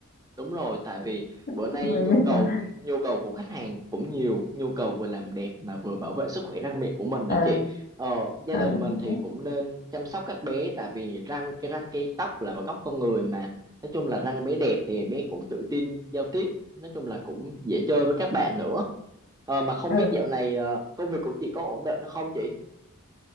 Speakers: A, on the right; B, on the left.
A: Đúng rồi, tại vì
B: <laughs>
A: bữa nay
B: mười
A: nhu
B: người
A: cầu
B: cần.
A: nhu cầu của khách hàng cũng nhiều, nhu cầu vừa làm đẹp mà vừa bảo vệ sức khỏe răng miệng của mình nữa
B: Ờ,
A: chị. Ờ, gia
B: ờ
A: đình
B: đúng
A: mình thì
B: rồi.
A: cũng nên chăm sóc các bé tại vì răng cái răng cái tóc là một góc con người mà. Nói chung là răng bé đẹp thì bé cũng tự tin giao tiếp, nói chung là cũng dễ chơi với các bạn nữa. Ờ, mà không
B: Ừ.
A: biết dạo này ờ, công việc của chị có ổn định không chị?